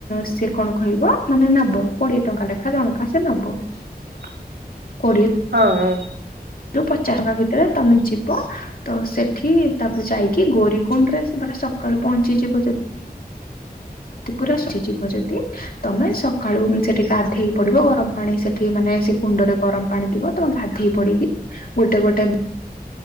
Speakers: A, on the left (about 60°); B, on the right (about 80°).
A: ସେ କଣ କହିବ ମାନେ ନବ। କୋଡିଏ ଟଙ୍କା ଲେଖା ଜଣଙ୍କା ସେ ନବ।
B: <inaudible>
A: କୋଡ଼ିଏ
B: ହଁ ହଁ।
A: ଯୋଉ ପଚାଶ ଙ୍କା ଭିତରେ ତମେ ଯିବ ତ ସେଠି ତାପରେ ଯାଇକି ଗୌରୀ କୁୁଣ୍ଡ ରେ ସେ ବର୍ ସକାଳୁ ପହଞ୍ଚିଯିବ ଯଦି ପୁରା ଶଇଯିବ ଯଦି ତମେ ସକାଳୁ ସେଠି ଗାଧେଇ ପଡିବ ଗରମ ପାଣି ସେଠି ମାନେ ସେ କୁଣ୍ଡରେ ଗରମ ପାଣି ଥିବ ତମେ ଗାଧେଇ ପଡିକି ଗୋଟେ ଗୋଟେ